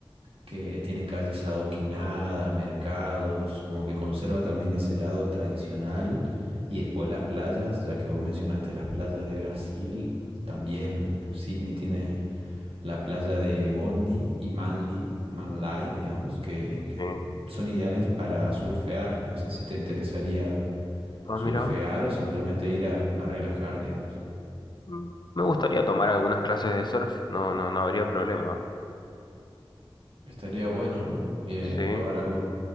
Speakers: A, on the right; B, on the left.
A: que tienen calles adoquinadas, mercados, como que conserva también ese lado tradicional. Y después las playas, ya que vos mencionaste las playas de Brasil, también Sydney tiene la playa de Bondi y Manly, Manly, digamos, que, que
B: sí.
A: son ideales para surfear. No sé si te interesaría
B: Ah,
A: surfear
B: mira.
A: o simplemente ir a, a relajar, digamos.
B: Mm, Me gustaría tomar algunas clases de surf. No, no, no habría problema.
A: Estaría bueno, ¿no? Eh,
B: Sí,
A: probar algo,